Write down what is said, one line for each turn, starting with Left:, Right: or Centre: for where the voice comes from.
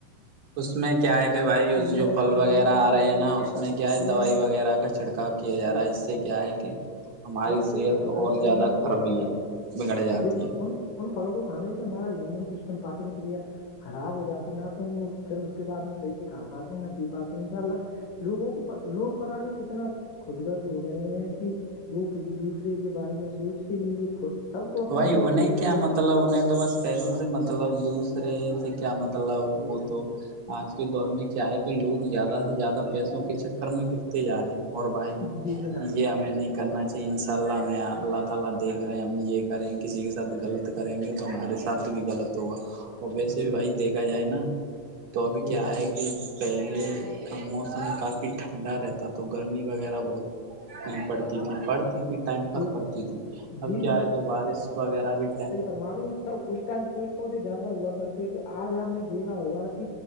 Right: اس میں کیا ہے کہ بھائی اس
Left: انجیکشن
Right: جو پھل وغیرہ
Left: میڈیسن
Right: آ
Left: کا
Right: رہے
Left: اپیوگ
Right: ہیں نا اس
Left: کرتے
Right: میں کیا ہے دوائی
Left: ہیں
Right: وغیرہ کا چھڑکا کااب کیا جا
Left: جی
Right: رہا ہے اس سے کیا ہے کہ ہماری
Left: جس سے
Right: صحت
Left: ہمارے
Right: اور
Left: شریر
Right: زیادہ
Left: میں بہت
Right: خراب بگڑ
Left: ہی
Right: بگڑ جاتی
Left: جس
Right: ہے
Left: ان ان فل کو کھے سے ہمارا ہن سسٹم پاچنکیا خراب ہو جاتی نہ تو پھر اس کے بعد میں صحیح سے کھا پاتے ہیں نہ پی پاتے ہیں انشاء اللہ لوگوں کو لوگ پتا نہیں کتنا خود گرج ہو گئے ہیں کہ وہ کسی دوسرے کے بارے میں سوچتے نہیں وہ سب کو اپنی
Right: بھائی
Left: اپنی
Right: انہیں
Left: پڑی ہوئی
Right: کیا
Left: ہے
Right: مطلب انیں تو بس پیسوں سے مطلب دوسرے سے کیا مطلب
Left: جی
Right: وہ
Left: جناب
Right: تو آج کے دور میں چے کہ لوگ زیادہ سے زیادہ پیسوں کے چکر میں گرتے جا رہے ہیں اور بھائی
Left: جی جناب
Right: یہ میں نہیں کرنا چاہیے ان شاء اللہ میں اللہ تعالا دیکھ رہے ہیں مجھے ایک یں کسی کے ساتھ غلط کریں گے تو ہمارے ساتھ بھی غلط ہوگا اور ویسے
Left: جی
Right: بھی بھائی
Left: جناب
Right: دیکھا جائے نا تو ابھی
Left: جی
Right: کیا
Left: جناب
Right: آ ہے کہ پہلے کا موسم کافی ٹھنڈا رہتا تو گرمی وغیرہ بہت نہیں پڑھتی تھی پڑھتی تھی ٹائم پر
Left: جی
Right: پڑتی تھی
Left: جی
Right: اب کیا آئے گ بات رس وغیرہ بھی
Left: مار تب اس ٹائم پیڑ پودے زیادہ ہوا کرتے تھے آج آپ نے دیکھا ہوگ